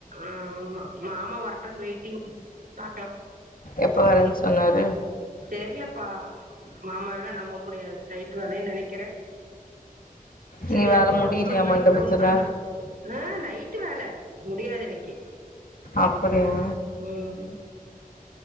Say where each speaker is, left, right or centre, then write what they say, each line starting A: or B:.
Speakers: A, on the right; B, on the left.
A: ம் மாமா வரட்டூன் வெய்ட்டிங் பாக்லா
B: எப்ப வரே சொன்னாரு
A: தெர்லப்பா மாமெல்லா நம்ப முடியாது நைட்டு வேலைன்னு நெனனக்கிறே சேரி
B: நீ வர
A: எதுக்கு ஒரு
B: முடியலையா
A: ஒன்பது மணிக்கு
B: மண்டபத்துல
A: ஃபோன் பண்லா ஆ நைட்டு வேல முடியாது இன்னக்கி
B: அப்படியா
A: ம்